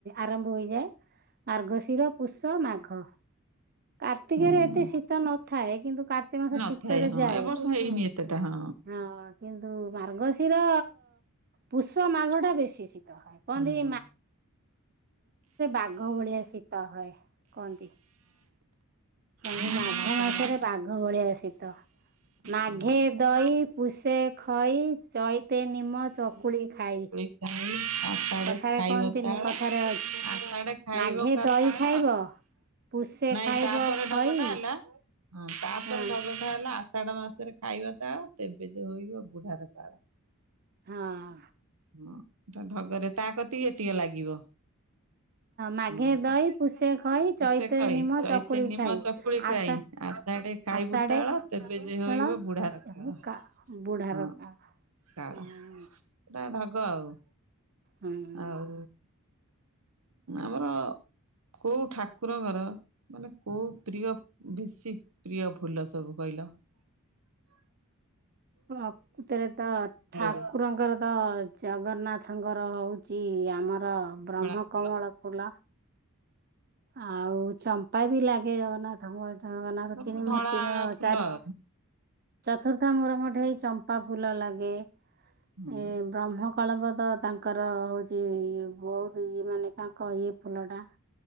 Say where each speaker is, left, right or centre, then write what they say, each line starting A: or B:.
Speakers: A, on the right; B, on the right.
A: ଆରମ୍ଭ ହୋଇଯାଏ। ମାର୍ଗଶିର ପୁଷ ମାଘ। କାର୍ତ୍ତିକରେ
B: ହୁଁ।
A: ଏତେ ଶୀତ ନଥାଏ। କିନ୍ତୁ କାର୍ତ୍ତିକ ମାସ
B: ନଥାଏ
A: ଶୀତରେ
B: ହଁ
A: ଯାଏ।
B: ଏ ବର୍ଷ ହେଇନି ଏତେଟା ହଁ
A: ହଁ କିନ୍ତୁ ମାର୍ଗଶିର ପୁଷ ମାଘ ଟା ବେଶୀ ଶି କହନ୍ତି
B: ହୁଁ।
A: ବାଘ ଭଳିଆ ଶୀତ ହଏ କୁହନ୍ତି। କହନ୍ତି
B: ଭାଦ୍ର
A: ମାଘ ମାସରେ
B: ବାଧ।
A: ବାଘ ଭଳିଆ ଶିତ। ମାଘେ
B: ପୂର୍ଣ୍ଣିମା
A: ଦହି ପୂଷେ ଖଇ ଚଇତେ ନିମ ଚକୁଳି ଖାଇ।
B: ହ <unintelligible> ଆସେଡେ
A: କଥାରେ
B: ଖାଇବ
A: କହନ୍ତିନି
B: ତାଳ
A: କଥାରେ ଅଛି
B: ଆସଡେ ଖାଇବ
A: ମାଘେ
B: କା
A: ଦହି
B: ତାଳ
A: ଖାଇବ ପୁଷେ
B: ନାଇଁ
A: ଖାଇବ
B: ତାପରେ
A: ଖଇ
B: ଢଗ ଟା ହେଲା ତାପରେ
A: ହଁ
B: ଢଗ ହେଲା ଆଷାଢ ମାସରେ ଖାଇବା ତାଳ ତେବେ ଯେ ହୋଇବ ବୁଢାର କାଳ।
A: ହଁ।
B: ହଁ ଢଗରେ ତା କତିକି ଏତିକ ଲାଗିବ।
A: ମାଘେ
B: ହଁ
A: ଦହି
B: ତ
A: ପୁଷେ ଖଇ
B: ତୁ
A: ଚୈତେ
B: ସେ କହି
A: ନିମ
B: ଚୈତି
A: ଚକୁଳି
B: ନିିମ
A: ଖାଇ।
B: ଚକୁଳି
A: ଆଷା
B: ଖାଇ ଆ ତା ଟିକେ ଖାଇବୁ
A: ଆଷାଢେ
B: ତାଳ ତେବେ ଯେ ହୋଇବ
A: ଦଳ
B: ବୁଢ ର
A: ତେଣୁ
B: କାଳ
A: କା ବୁଢାର
B: ହଁ।
A: କାଳ
B: କାଳ
A: ହୁଁ
B: ଏଇଟା ଢଗ ଆଉ।
A: ହୁଁ।
B: ଆଉ ଆମର କୋଉ ଠାକୁର ଙ୍କର ମାନେ କୋଉ ପ୍ରିୟ ବେଶୀ ପ୍ରିୟ ଫୁଲ ସବୁ କହିଲ? ହ
A: ପ୍ରକୃତରେ ତ ଠାକୁରଙ୍କର
B: ବେଶୀ?
A: ତ ଜଗନ୍ନାଥଙ୍କର ହେଉଛି ଆମର ବ୍ରହ୍ମକମଳ
B: ଧଳା ଫୁଲ
A: ଫୁଲ ଆଉ ଚମ୍ପ ମ୍ପା ବି ଲାଗେ ଜଗନ୍ନାଥ ଜଗନ୍ନାଥ
B: ସବୁ
A: ତିନି
B: ଧଳା
A: ମୂର୍ତ୍ତି
B: ଫୁଲ
A: ଚାରି
B: ଆଉ
A: ଚତୁର୍ଥା ମୂର ଙ୍କ ଠେଇ ଚମ୍ପା ଫୁଲ ଲାଗେ।
B: ହୁଁ
A: ଏଁ ବ୍ରହ୍ମ କଳମ୍ବ ତ ତାଙ୍କର ହଉ ସିଏ ଇଏ ବହୁତ ଇଏ ମାନେ ତାଙ୍କ ଇଏ ଫୁଲ ଟା।